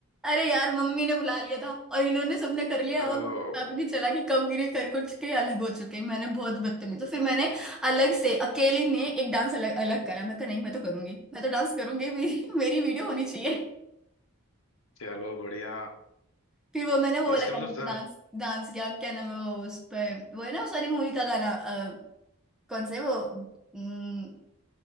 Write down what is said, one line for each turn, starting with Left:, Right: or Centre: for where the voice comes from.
Centre: अरे यार मम्मी ने बुला लिया था और इन्होंने सबने कर लिया
Left: ओ,
Centre: और पता भी नहीं चला कि कब गिरे कर कुछ के अलग हो चुके मैंने बहुत बदतमीज तो फिर मैंने अलग से अकेली ने एक डांस अलग अलग करा मैं कहा नहीं मैं तो करूंगी मैं तो डांस करूंगी मेरी मेरी वीडियो होनी चाहिए
Left: चलो बढ़िया
Centre: फिर वो मैंने वो वाला
Left: इसका
Centre: गाना
Left: मतलब था,
Centre: डांस डांस किया क्या नाम है वो उस पर वो है ना उस वाली मूवी का गाना अ, कौन से वो अम,